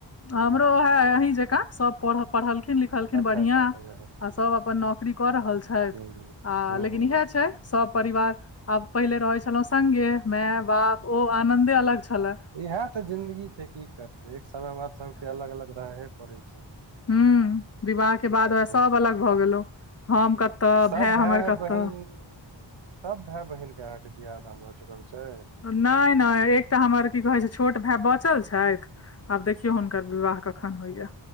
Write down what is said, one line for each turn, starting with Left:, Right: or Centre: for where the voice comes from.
Right: ह
Left: हमरो ओहै है आँहि जकाँ सब पढ़ल पढ़लखिन लिखलखिन
Right: अच्छा
Left: बढ़िया
Right: अच्छा अच्छा ह
Left: आ सब अपन नौकरी कऽ रहल छैथ
Right: ह
Left: आ
Right: ह
Left: लेकिन
Right: ह
Left: इहै
Right: ह
Left: छै सब परिवार आब पहिले रहै छलौ सगे माय - बाप ओ आनदे अलग छलै
Right: इहै तऽ जिन्दगी छै की करतै एक समय बाद सबके अलग अलग रहे पड़े छै
Left: हुँ विवाह
Right: की
Left: केँ बाद
Right: करबै
Left: ओ सब अलग भऽ गेलो हम कतऽ
Right: सब
Left: भाय हमर कतऽ
Right: बहिन सब भाय बहिन केँ अहाँकेँ बियाह दान भऽ चुकल छै
Left: नय नय एकटा हमर की कहैत छै छोट भाय बचल छैथ आब देखियौ हुनकर विवाह कखन होइय